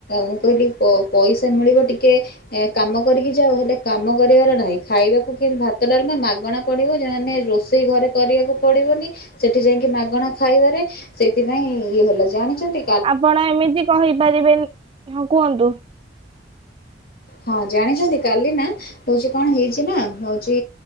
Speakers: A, on the left; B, on the right.
A: ମୁଁ କହିଲି ପଇସା ମିଳିବ ଟିକେ ଏ କାମ କରିକି ଯାାଉ ହେଲେ କାମ କରିବାର ନାହିଁ ଖାଇବାକୁ କେତି ଭାତ ଡାଲମା ମାଗଣା ପଡ଼ିବ ଯେ ମମାନେ ରୋଷେଇ ଘରେ କରିବାକୁ ପଡ଼ିବନି ସେଠି ଯାଇକି ମାଗଣା ଖାଇବାରେ ସେଥିପାଇଁ ଇଏ ହେଲା ଯେ ଜଣିଛନ୍ତି
B: ଆପଣ ଏମିତି କହିପାରିବେନି ହଁ କୁହନ୍ତୁ।
A: ହଁ ଜାଣିଛନ୍ତି କାଲି ନା ହଉଛି କଣ ହେଇଛି ନା ହଉଛି